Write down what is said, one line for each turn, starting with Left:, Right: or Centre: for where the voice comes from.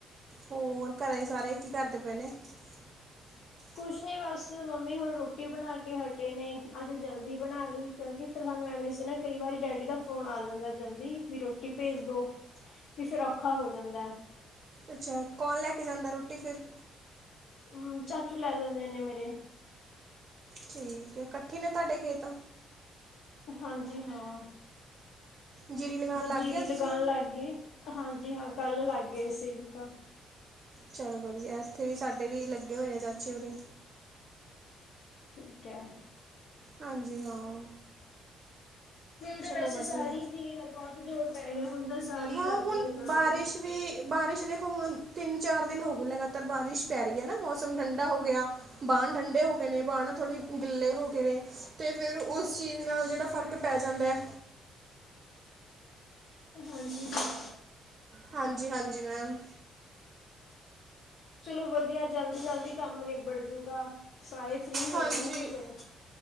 Right: ਹੋਰ ਘਰੇ ਸਾਰੇ ਕੀ ਕਰਦੇ ਪਏ ਨੇ? <unintelligible>
Left: ਕੁਛ ਨੀ ਬਸ ਮੰਮੀ ਹੁਣ ਰੋਟੀ ਬਣਾ ਕੇ ਹਟੇ ਨੇ ਅੱਜ ਜਲਦੀ ਬਣਾ ਲਈ। ਕਿਉਂਕਿ ਫਿਰ ਸਾਨੂੰ ਐਵੇਂ ਸੀ ਨਾ ਕਈ ਵਾਰੀ ਡੈਡੀ ਦਾ ਫੋਨ ਆ ਜਾਂਦਾ ਜਲਦੀ ਵੀ ਰੋਟੀ ਭੇਜ ਦੋ। ਵੀ ਫਿਰ ਔਖਾ ਹੋ ਜਾਂਦਾ।
Right: ਅੱਛਾ ਕੌਣ ਲੈ ਕੇ ਜਾਂਦਾ ਰੋਟੀ ਫਿਰ?
Left: ਹੂੰ ਚਾਚੂ ਲੈ ਜਾਂਦੇ ਨੇ ਮੇਰੇ।
Right: ਠੀਕ ਹੈ ਇਕੱਠੇ ਨੇ ਤੁਹਾਡੇ ਖੇਤ?
Left: ਹਾਂਜੀ ਹਾਂ,
Right: ਜੀਰੀ
Left: ਮਤਲਬ
Right: ਲਗਾਉਣ ਲੱਗ
Left: ਜੀਰੀ
Right: ਗਏ ਹੋ
Left: ਲਗਾਨ
Right: ਤੁਸੀਂ
Left: ਲੱਗ ਗਏ। ਹਾਂਜੀ ਹਾਂ ਕੱਲ ਲੱਗ ਗਏ ਅਸੀਂ ਤਾਂ।
Right: ਚਲੋ ਵਧੀਆ ਇੱਥੇ ਵੀ ਸਾਡੇ ਵੀ ਲੱਗੇ ਹੋਏ ਨੇ ਚਾਚੇ ਉਰੀ।
Left: ਠੀਕ ਹੈ।
Right: ਹਾਂਜੀ ਹਾਂ।
Left: ਹੁਣ ਤਾਂ
Right: ਚਲੋ
Left: ਵੈਸੇ
Right: ਵਧੀਆ
Left: ਸਾਰੀ ਚੀਜ਼ ਦਾ ਬਹੁਤ ਜ਼ੋਰ ਪੈ ਗਿਆ ਹੁਣ ਤਾਂ ਸਾਰੇ ਹੀ
Right: ਹਾਂ
Left: ਲੱਗਗੇ
Right: ਹੁਣ
Left: ਲਗਾਣ।
Right: ਬਾਰਿਸ਼ ਵੀ ਬਾਰਿਸ਼ ਦੇਖੋ ਹੁਣ ਤਿੰਨ-ਚਾਰ ਦਿਨ ਹੋ ਗਏ ਲਗਾਤਾਰ ਬਾਰਿਸ਼ ਪੈ ਰਹੀ ਹੈ ਨਾ ਮੌਸਮ ਠੰਡਾ ਹੋ ਗਿਆ। ਬਾਣ ਠੰਡੇ ਹੋ ਗਏ ਨੇ ਬਾਣ ਥੋੜੇ ਗਿੱਲੇ ਹੋ ਗਏ ਨੇ, ਤੇ ਫੇਰ ਉਸ ਚੀਜ਼ ਨਾਲ ਜਿਹੜਾ ਫਰਕ ਪੈ ਜਾਂਦਾ।
Left: ਹਾਂਜੀ
Right: ਹਾਂਜੀ-ਹਾਂਜੀ ਮੈਮ।
Left: ਚਲੋ ਵਧੀਆ ਜਲਦੀ-ਜਲਦੀ ਕੰਮ ਨਿਬੜ ਜੂਗਾ, ਸਾਰੇ ਫ੍ਰਰੀ ਹੋ
Right: ਹਾਂਜੀ,
Left: ਜਾਣਗੇ ਫਿਰ